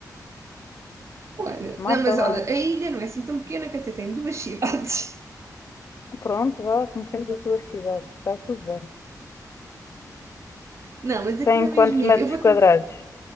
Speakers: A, on the right; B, on the left.
A: Olha,
B: Marca
A: não, mas
B: lá.
A: olha, a ilha não é assim tão pequena que até tem duas <laughs> cidades.
B: Pronto, vá, conhecemos a tua cidade. Está tudo bem.
A: Não, mas aquilo
B: Tem
A: é mesmo
B: quantos
A: bonito.
B: metros
A: Eu vou-te.
B: quadrados?